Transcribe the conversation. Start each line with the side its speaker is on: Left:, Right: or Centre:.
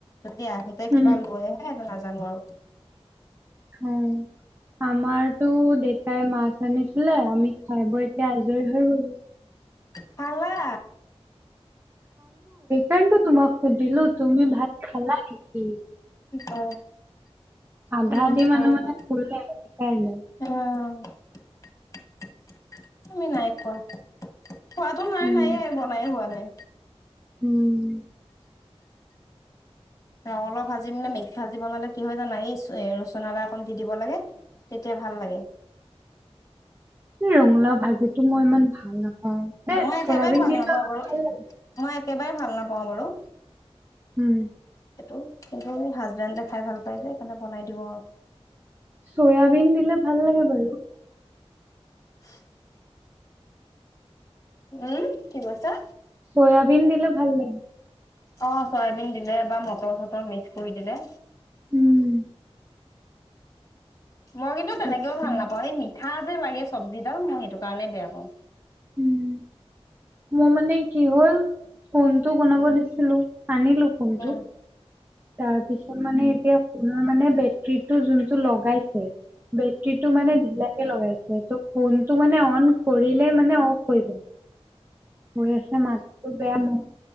Left: যদি আহোঁতে
Right: উম।
Left: কিবা লৈ আহে সেটো নাজানো আৰু।
Right: অ', আমাৰটো দেত। তাই মাছ আনিছিলে আমি খাই বৈ এতিয়া আজৰি হৈ গলো।
Left: খালা।
Right: কাৰনেটো তোমাক সুধিলো তুমি ভাত খালা নেকি?
Left: অ,
Right: আধা
Left: আমাৰ
Right: আধি
Left: খোৱাই
Right: মানুহ মানে
Left: নাই
Right: শুলে সেইকাৰণে।
Left: অ আমি নাই খোৱা। খোৱাটো নাই
Right: উম,
Left: নায়ে, বনাইয়ে হোৱা নাই।
Right: উম।
Left: ৰঙালাওৰ ভাজি মানে মিক্স ভাজি বনালে কি হয় জানা। এই লক্ষচোন আদা অকণ দি দিব লাগে। তেতিয়া ভাল লাগে।
Right: ৰঙালাওঁ ভাজিটো মই ইমান ভাল নাপাওঁ। এই
Left: মই একেবাৰে
Right: চয়াবিন
Left: ভাল
Right: দিলে
Left: নাপাওঁ
Right: ভাল
Left: বাৰু।
Right: লাগে।
Left: মই একেবাৰে ভাল নাপাওঁ বাৰু।
Right: উম।
Left: সেইটো কিন্তু হাজবেণ্ডে খাই ভাল পায় যে সেইকাৰণে বনাই দিওঁ আৰু।
Right: চয়াবিন দিলে ভাল লাগে বাৰু।
Left: <unintelligible> উম কি কৈছা?
Right: চয়াবিন দিলে ভাল লাগে।
Left: অ চয়াবিন দিলে বা মটৰ চটৰ মিক্স কৰি দিলে।
Right: উম।
Left: মই কিন্তু তেনেকেও
Right: তাকে।
Left: ভাল নাপাওঁ। এই মিঠা যে লাগে চব। জিগাল মই সেইটো কাৰণেই বেয়া পাওঁ।
Right: উম, মোৰ মানে কি হ'ল, ফোনটো বনাব দিছিলো। আনিলো ফোনটো।
Left: উম।
Right: তাৰপিছত মানে এতিয়া ফোনৰ মানে বেটৰীটো যোন। ত লগাইছে। বেটৰীটো মানে ঢিলাকে লগাইছে, ত ফোন টো মানে অন কৰিলে মানে অফ হৈ যায়। হৈ আছে মাতটো বেয়া মোৰ।